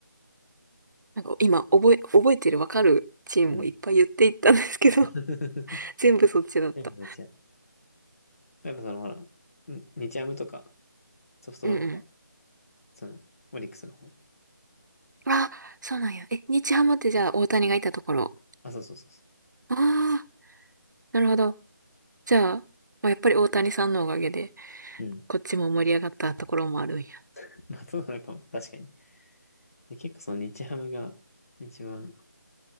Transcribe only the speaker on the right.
なんか今、覚え、覚えてるわかるチームをいっぱい言っていったんですけど、
<laughs> 全部そっちだった。
うんうん。
あ、そうなんや。え、日ハムってじゃあ大谷がいたところ。
ああ、なるほど。じゃあ、まあ、やっぱり大谷さんのおかげで、
こっちも盛り上がったところもあるんや。